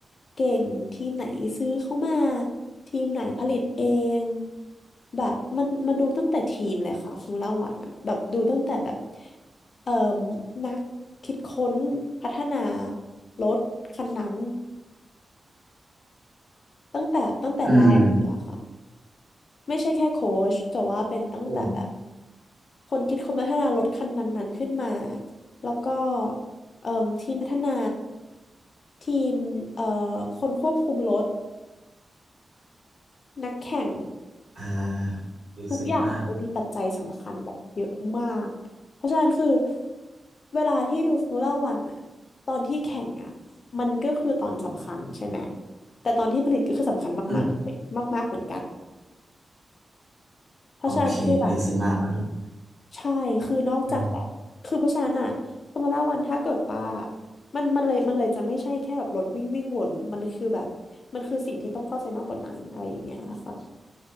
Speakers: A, on the left (about 50°); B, on the right (about 55°).
A: เก่งทีมไหนซื้อเข้ามาทีมไหนผลิตเองแบบมันมันดูตั้งแต่ทีมเลยค่ะฟูล่าวันอะแบบดูตั้งแต่แบบเอ่อนักคิดค้นพัฒนารถคันนั้นตั้งแต่ตั้งแต่แรกเลยอะค่ะ
B: อืม
A: ไม่ใช่แค่โค้ชแต่ว่าเป็นตั้งแต่แบบ
B: ผม
A: คนคิดคนพัฒนารถคันนั้นๆขึ้นมา แล้วก็เอ่มทีมพัฒนาทีมเอ่อคนควบคุมรถนักแข่ง
B: อ่าลึกซึ้งมาก
A: ทุกอย่างมันมีปัจจัยสำคัญแบบเยอะมาก เพราะฉะนั้นคือเวลาที่ดูฟ o ร์มูล่าวันอะตอนที่แข่งอะมันก็คือตอนสำคัญใช่ไหมแต่ตอนที่ผลิตก็คือสำคัญมาก
B: อืม
A: ๆมากๆเหมือนกันเพราะฉะนั้นคือแบบ
B: โอเคลึกซึ้งมากครับผม
A: ใช่ คือนอกจากแบบ
B: อืม
A: คือเพราะฉะนั้นอะฟอร์มูล่าวันถ้าเกิดว่ามันมันเลยมันเลยจะไม่ใช่แค่แบบรถวิ่งวิ่งวน มันคือแบบ มันคือสิ่งที่ต้องเข้าใจมากกว่านั้นอะไรอย่างเงี้ยค่ะ